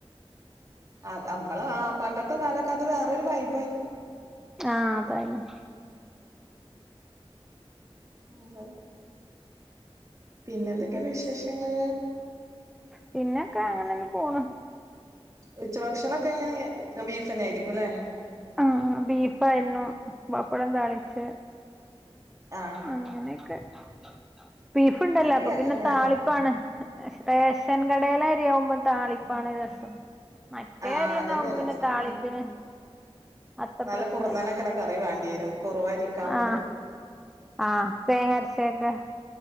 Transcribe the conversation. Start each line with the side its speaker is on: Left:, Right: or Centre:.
Right: അത അമ്മള ആ പണ്ടത്തെ കാലൊക്കെ അത് വേറരു വൈബായിരുന്നു
Centre: ആഹ് അതായാലും
Right: ഉ അതെല്ലേ പിന്നെ എന്തൊക്കെയണ്ട് വിശേഷങ്ങൾ
Centre: പിന്നൊക്കെ അങ്ങനെന്നെ പോണു
Right: ഉച്ച ഭക്ഷണൊക്കെ എങ്ങനെ ബീഫ് തന്നെ ആയിരിക്കുംല്ലെ
Centre: ആ ബീഫായിരുന്നു പപ്പടം തെളച്ച്
Right: ആഹ്
Centre: അങ്ങനൊക്കെ ആ <unintelligible> ബീഫ്ണ്ടല്ലോ
Right: കറി
Centre: അപ്പൊ
Right: ആർക്കും
Centre: പിന്നെ
Right: വേണ്ട
Centre: താളിപ്പാണ് റെഷൻകടയില അരിയാവുമ്പോ താളിപ്പാണ് രസം മറ്റേ
Right: ആഹ്
Centre: കാര്യന്ന
Right: അതന്നെ
Centre: ന്പ
Right: രസം
Centre: പിന്നെ താളിപ്പിന് അത്ര
Right: നല്ല
Centre: പ്രശ്നല്ലേ
Right: കുറുന്നനൊക്കെണ കറി വേണ്ടി വരും കുറുവരിയൊക്കെ ആവുമ്പള്
Centre: ആ ആ തേങ്ങരച്ചയൊക്കെ